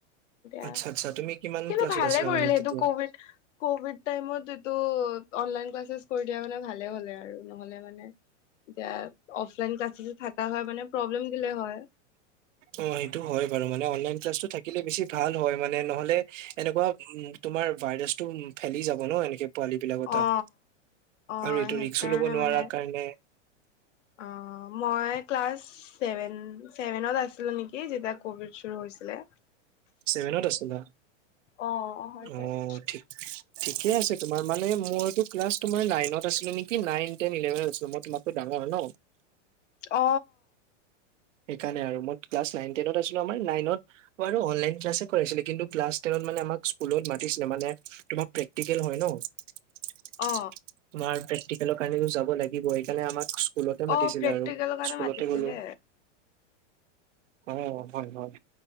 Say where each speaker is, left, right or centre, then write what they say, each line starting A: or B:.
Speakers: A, on the left; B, on the right.
A: এতিয়া
B: আচ্ছা আচ্ছা তুমি কিমান
A: কিন্তু
B: ক্লাছত
A: ভালে
B: আছিলা
A: কৰিলে
B: মানে তেতিয়া
A: সেইটো কভিড কভিড টাইমত এইটো অনলাইন ক্লাছ কৰি দিয়া মানে ভালে হলে আৰু নহলে মানে এতিয়া অফলাইন ক্লাছছ থাকা হয় মানে প্ৰব্লেম দিলে হয়
B: অ সেইটো হয় বাৰু মানে অনলাইন ক্লাছটো থাকিলে বেছি ভাল হয় মানে নহলে এনেকুৱা তোমাৰ ভাইৰাছটো উ ফেলি যাব ন এনেকে পোৱালী বিলাকৰ তাত
A: অ অ
B: আৰু এইটো
A: সেইকাৰণে
B: ৰিক্সু ল'ব নোৱাৰা
A: মানে
B: কাৰণে
A: অ মই ক্লাছ ভেন ছেভেনত আছিলো নেকি যেতিয়া কভিড চুৰো হৈছিলে
B: ছেভেনত আছিলা
A: অ হয় চাগে।
B: অ ঠিক ঠিকে আছে তোমাৰ মানে মইতো ক্লাছ নাইনত আছিলো নেকি নাইন টেন ইলেভেনত আছিলো মই তোমাত কৈ ডাঙৰ হয় ন
A: অ
B: সেইকাৰণে আৰু মই ক্লাছ নাইন টেনত আছিলো আমাৰ নাইনত অনলাইন ক্লাছ কৰাইছিলে কিন্তু ক্লাছ টেনত মানে আমাক স্কুলত মাতিছিলে মানে তোমাৰ প্ৰেক কেল হয় ন তোমাৰ
A: অ
B: টিকেলৰ কাৰণে যাব লাগিব সেইকাৰণে আমাক স্কুলতে মাতিছিলে
A: অ প্ৰেক্টিকেলৰ
B: আৰু
A: কাৰণে
B: স্কুলতে
A: মাতিছিলে।
B: গ'লো অ হয় হয়